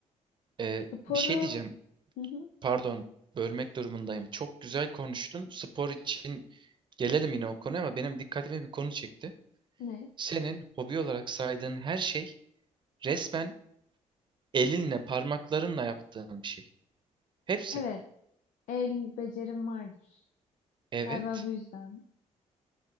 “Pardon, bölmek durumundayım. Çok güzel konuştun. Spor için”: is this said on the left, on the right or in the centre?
Right